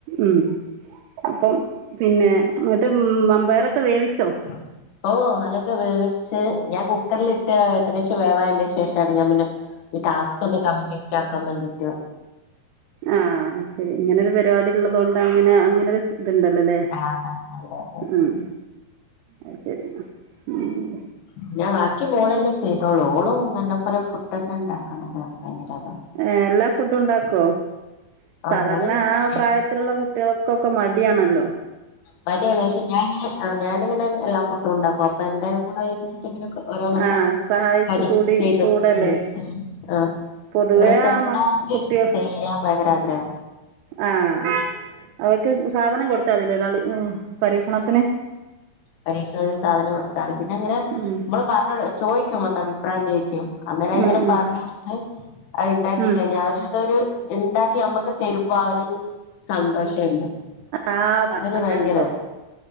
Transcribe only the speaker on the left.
അസ് ഓഹ് അതൊക്കെ വേവിച്ച് ഞാൻ കുക്കറിലിട്ട് ഏകദേശം വേവാന് ശേഷാണ് ഞാൻ പിന്നെ ഈ ടാസ്കൊന്ന് കംപ്ലീറ്റ് ആക്കാൻ വേണ്ടീട്ട്
ആ അതെ അതെ അതെ
പിന്ന ബാക്കി മോളെന്നെ ചെയ്തോളൂ ഓളും ന്നെപ്പോലെ ഫുഡ്ഡൊക്കെണ്ടാക്കാനൊക്കെ ഭയങ്കരതാ
ആ
മോള് പിന്നെ
മട്യാണ് പക്ഷെ ഞാങ്ങനെ ഞാന്ങ്ങനെഎല്ലാ ഫുഡ്ഡുണ്ടാക്കും അപ്പൊ എന്റെ കൂടെ വെര്നേ ഓരോന്നൊക്കെ
പഠിച്ച്
ചെയ്ത്
ഉം ആഹ്
അങ്ങനെ സ്വന്തായിട്ട്
ചെയ്യാൻ ഭയങ്കര ആഗ്രഹാ
പരീക്ഷണത്തിന് സാധനം കൊടുത്താണ് പിന്നങ്ങനെ
മ്മള് പറഞ്ഞൊട് ചോയിക്കും വന്നഭിപ്രായം ചോയി അന്നേരം അയ്ങ്ങനെ
പറഞ്ഞൊടുത്ത് അയ് ഇണ്ടാക്കി
കഴിഞ്ഞാ അവര് അതൊര് ഇണ്ടാക്കി അമ്മക്ക് തെരുമ്പാ അവരൊര് സന്തോഷണ്ട്.
അതൊരു ഭയങ്കര